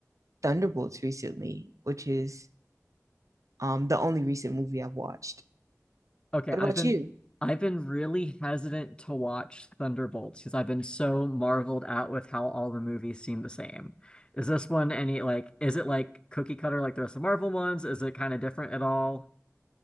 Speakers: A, on the right (about 80°); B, on the left (about 20°).
A: Thunderbolts recently, which is um the only recent movie I've watched.
B: Okay,
A: What
B: I've
A: about
B: been
A: you?
B: I've been really hesitant to watch Thunderbolts because I've been so marveled at with how all the movies seem the same. Is this one any like is it like cookie cutter like the rest of Marvel ones? Is it kind of different at all?